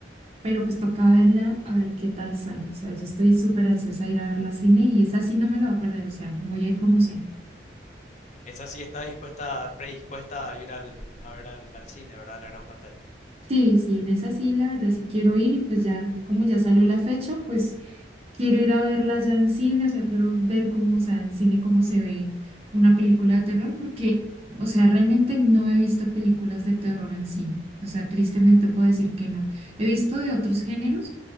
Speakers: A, on the right; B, on the left.
A: Pero pues toca verla a ver qué tal sale. O sea, yo estoy súper ansiosa de ir a verla al cine y esa sí no me la va a perder. O sea, voy a ir como sea.
B: Esa sí está dispuesta, predispuesta a ir al, a ver al, al cine, ¿verdad? A la gran pantalla.
A: Sí, sí, en esa sí, la verdad sí quiero ir y pues ya, como ya salió la fecha, pues quiero ir a verla ya en cine, o sea, quiero ver cómo, o sea, en cine cómo se ve una película de terror, porque, o sea, realmente no he visto películas de terror en cine. O sea, tristemente puedo decir que no. He visto de otros géneros,